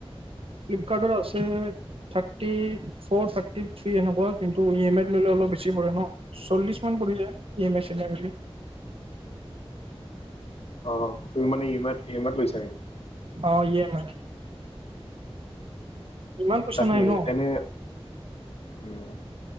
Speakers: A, on the right; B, on the left.
A: ফ্লিপকাৰ্টত আছে থাৰ্টি ফৰ, থাৰ্টি থ্ৰী এনেকুৱা কিন্তু ই এ মাইত ল'লে হ'লে অলপ বেছি পৰে ন, চল্লিশ মান পৰি যায়, ই এ মাই-চি এ মাই পৰি। <inaudible>
B: অ, তুমি মানে ই এ মাইত-ই এই মাইত লৈছা নেকি?
A: অ ই এম আই ইমান পইচা
B: তাকে,
A: নাই ন
B: এনে উম